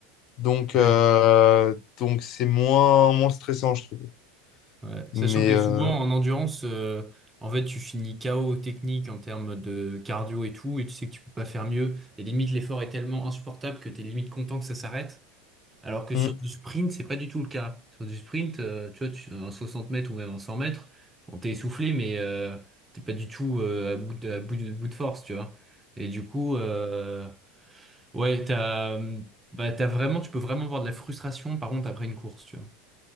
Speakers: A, on the left (about 45°); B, on the right (about 15°).
A: Donc,
B: Ouais.
A: euh, donc c'est moins, moins stressant, je trouve.
B: Ouais.
A: Mais
B: Sachant que
A: euh,
B: souvent en endurance, euh, en fait, tu finis KO technique en termes de cardio et tout, et tu sais que tu peux pas faire mieux. Et limite, l'effort est tellement insupportable que t'es limite content que ça s'arrête. Alors que
A: hmm.
B: sur du sprint, c'est pas du tout le cas. Sur du sprint, euh, tu vois, tu, en 60 mètres ou même en 100 mètres, on t'est essoufflé, mais euh, t'es pas du tout euh, à bout de, à bout de, bout de force, tu vois. Et du coup, euh, ouais, t'as, hum, bah, t'as vraiment, tu peux vraiment avoir de la frustration, par contre, après une course, tu vois.